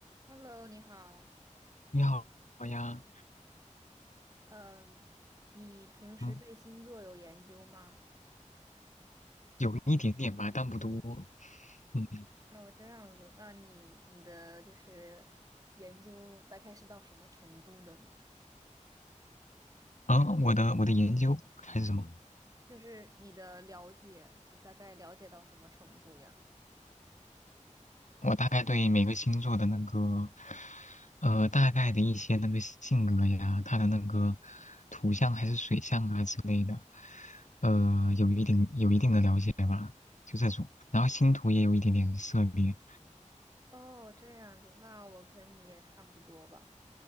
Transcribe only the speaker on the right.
Hello，你好。
嗯，你平时对星座有研究吗？
哦，这样子，那你你的就是研究大概是到什么程度的呢？
就是你的了解，就大概了解到什么程度呀？
哦，这样子，那我跟你也差不多吧。